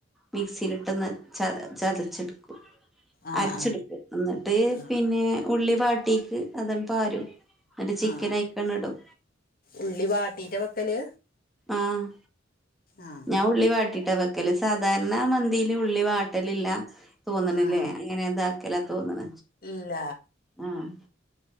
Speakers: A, in the centre; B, on the left (about 50°).
A: മിക്സിയിലിട്ടൊന്ന് ച ചതച്ചെടുക്കും
B: ആഹ്
A: അരച്ചെടുക്കും
B: ആഹ്
A: എന്നിട്ട്
B: ആഹ്
A: പിന്നെ ഉള്ളി പാട്ടിക്ക് അതെ <unintelligible> എന്നിട്ട് ചിക്കൻ
B: ആഹ്
A: അയിക്കങ്ങട് ഇടും
B: ഉള്ളി വാട്ടീറ്റ വക്കല്
A: ആഹ്
B: ആഹ്
A: ഞാൻ ഉള്ളി വാട്ടിട്ടാ വെക്കല് സാധാരണ മന്തിയില് ഉള്ളി വാട്ടലില്ല തോന്നണില്ലേ
B: ആഹ്
A: അങ്ങനെ ഇതാക്കല്ല തോന്നണ
B: ഇല്ല
A: ആഹ്